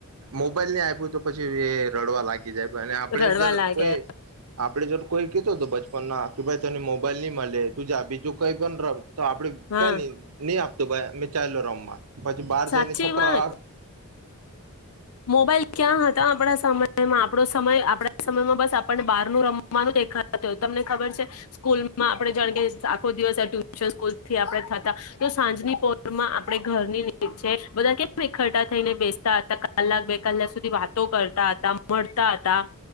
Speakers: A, on the right (about 80°); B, on the left (about 75°).
A: મોબાઈલ નહીં આપ્યું તો પછી એ રડવા લાગી જાય. અને આપડે
B: રડવા
A: જ
B: લાગે
A: કોઈ આપડે કોઈ કહેતો હતો બાળપણમાં કે ભાઈ તને મોબાઈલ નહીં મળે તું જા બીજું કંઈ પણ રમ. તો આપડે
B: હા
A: કંઈ નહીં નહીં આપ તો ભાઈ અમે ચાલો રમવા. પછી બહાર
B: સાચી
A: જઈને છોકરા
B: વાત મોબાઈલ ક્યાં હતા આપણા સમયમાં? આપણું સમય આપણા સમયમાં બસ આપણને બહારનું રમવાનું દેખાતું, તમને ખબર છે, સ્કૂલમાં આપણે જાણે કે આખો દિવસ ટ્યુશનથી, સ્કૂલથી થતા, તો સાંજની પોરમાં આપણે ઘરની નીચે બધા કેમ એકઠા થઈને બેસતા હતા. કલાક બે કલાક સુધી વાતો કરતા હતા મળતા હતા.